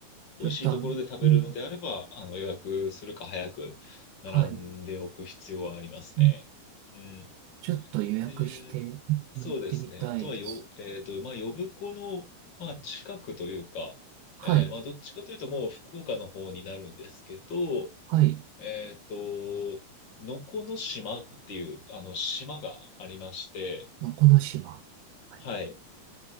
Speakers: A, on the left; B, on the right.
A: 美味しいところで食べるのであれば、
B: ちょっとあの、うん、
A: あの、予約するか早く並んでおく必要はありますね。
B: はい。うん
A: うん。
B: ちょっと予約して行ってみたいです。
A: えーそうですね。あとはよ、えっと、まあ、呼子の、まあ、近くというか、
B: はい、
A: えーまあ、どっちかというと、もう福岡の方になるんですけど、
B: はい、
A: えっと、能古の島っていう、あの、島がありまして、
B: のこの島。はい、
A: はい。